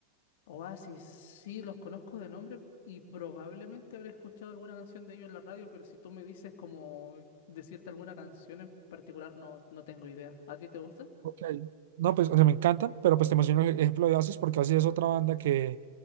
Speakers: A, on the left; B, on the right.
A: Oasis, sí, los conozco de nombre y probablemente habré escuchado alguna canción de ellos en la radio, pero si tú me dices como decirte alguna canción en particular, no, no tengo idea. ¿A ti te gusta?
B: Ok. No, pues o sea, me encantan, pero pues te menciono el ejemplo de Oasis porque Oasis es otra banda que